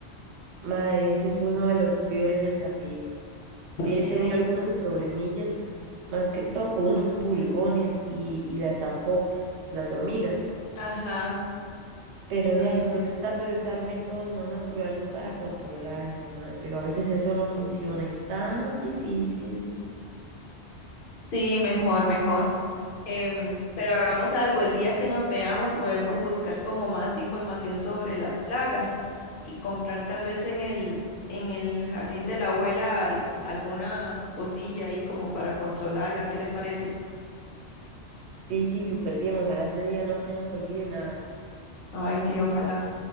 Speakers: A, on the right; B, on the left.
A: Ma, ese es uno de los peores desafíos. Sí
B: ¿Por
A: he
B: qué?
A: tenido algunos problemillas, más que todo con unos pulgones y, y las zampopas, las hormigas.
B: Ajá,
A: Pero de
B: ajá.
A: ahí estoy tratando de usar métodos más naturales para controlarlos, ma, pero a veces eso no funciona y es tan difícil.
B: Sí, mejor, mejor. Em, pero hagamos algo, el día que nos veamos podemos buscar como más información sobre las plagas y comprar tal vez en el, en el jardín de la abuela al- alguna cosilla ahí como para controlarla. ¿Qué le parece?
A: Sí, sí, súper bien. Ojalá ese día no se nos olvide nada.
B: Ay, sí, ojalá.